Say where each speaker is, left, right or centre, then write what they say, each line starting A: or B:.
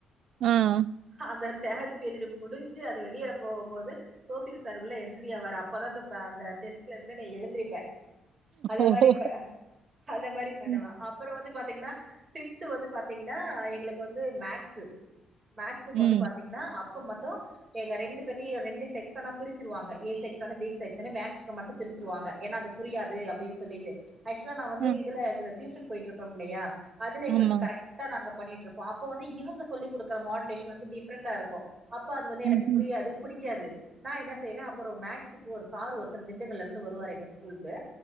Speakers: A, on the right; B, on the right.
A: ம்
B: அந்த தேர்டு பீரியடு முடிஞ்சு அது வெளியில போகும் போது சோசியல சார் உள்ள என்றி ஆவாரு அப்பதா அ அந்த டெஸ்க்ல இருந்து நா எழுந்திருப்ப அந்த
A: ஓஹோ!
B: மாதிரி ப அந்த மாதிரி பண்ணுவ
A: ம்,
B: அப்பற வந்து பாத்தீங்கன்னா ஃபிஃப்த் வந்து பாத்தீங்கன்னா எங்களுக்கு வந்து மேஸு மேஸுக்கு
A: ம்.
B: வந்து பாத்தீங்கன்னா அப் அப்போ மட்டு எங்க ரெண்டு பேத்தியு ரெண்டு செக்ஸ்ஸனா பிரிச்சிருவாங்க ஏ செக்ஸ்சன், பி செக்ஸ்சன் மேக்ஸ்க்கு மட்டு பிரிச்சுருவாங்க ஏன்னா அது புரியாது அப்டின்னு சொல்லிட்டு ஆக்சுவலா நா வந்து
A: அ,
B: இதுல டியூஷன் போயிட்டு இருக்குறோ இல்லயா அதுல எங்களுக்கு
A: ஆமா.
B: கரெக்ட் நாங்க பண்ணிட்டு இருப்போ அப்ப வந்து இவங்க சொல்லி கொடுக்கற மாடுலேஷன் வந்து டிஃப்ரெண்டா இருக்கும். அப்ப அது வந்து எனக்கு
A: ம்ஹ்ம்.
B: புரியாது பிடிக்காது நா என்ன செய்வ அப்பற மேக்ஸுக்கு ஒரு சார் ஒருத்தர் திண்டுக்கல்ல இருந்து வருவாரு எங்க ஸ்கூலுக்கு